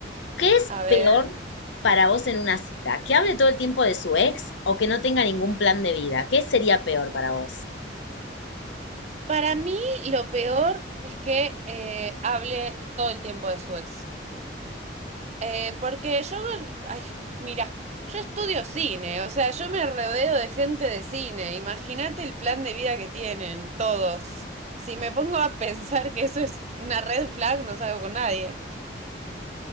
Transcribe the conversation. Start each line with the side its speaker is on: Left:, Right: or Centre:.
Left: ¿Qué es
Right: a ver.
Left: peor para vos en una cita? ¿Que hable todo el tiempo de su ex o que no tenga ningún plan de vida? ¿Qué sería peor para vos?
Right: Para mí lo peor es que eh, hable todo el tiempo de su ex. Eh, porque yo, ay, mira, yo estudio cine, o sea, yo me rodeo de gente de cine. Imagínate el plan de vida que tienen todos. Si me pongo a pensar que eso es una red flag, no salgo con nadie.